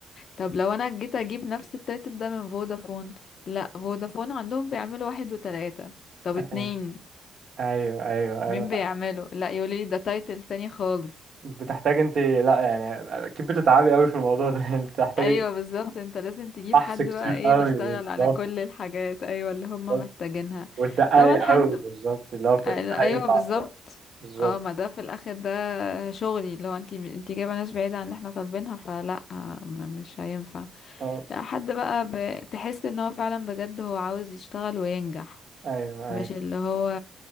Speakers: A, on the left; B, on the right.
A: طب لو انا جيت اجيب نفس التايتل ده من فودافون لا فودافون عندهم بيعملوا واحد وتلاتة طب اتنين
B: أيوه أيوه أيوه أيوه
A: مين بيعمله لا يقولي ده تايتل تاني خالص
B: بتحتاج أنت لأ يعني أكيد بتتعبي أوي في الموضوع ده <laughs> يعني بتحتاجي
A: ايوه بالظبط انت لازم تجيب
B: بحث
A: حد
B: كتير
A: بقى ايه
B: أوي
A: بيشتغل على
B: بالظبط
A: كل الحاجات ايوه اللي هم محتاجينها
B: بالظبط وتدققي
A: طبعا
B: أوي
A: حد
B: بالظبط اللي هو في-
A: آه،
B: ده
A: ايوه
B: هينفع
A: بالظبط
B: ولا لأ بالظبط
A: اه ما ده في الاخر ده شغلي لو انتي انتي جايبه ناس بعيده عن اللي احنا طالبينها فلا آه، م- مش هينفع
B: اه
A: لا حد بقى ب... تحس ان هو فعلا بجد هو عاوز يشتغل وينجح
B: أيوه
A: مش
B: أيوه
A: اللي هو